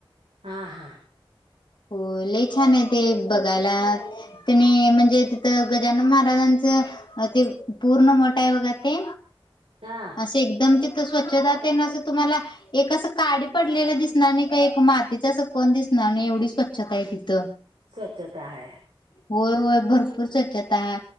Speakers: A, on the right; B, on the left.
A: हा हा
B: हो लई छान आहे ते बघायला तेनी म्हणजे तिथं गजानन महाराजां चं ते पूर्ण मठ आहे बघा ते
A: हा
B: असे एकदम स्वच्छता तेन अस तुम्हाला एक अस काडी पडलेला दिसणार नाय का एक मातीचा अस कोण दिस आणि एवढी स्वच्छताय तिथं
A: स्वच्छता हाय.
B: होय होय भरपूर स्वच्छता हा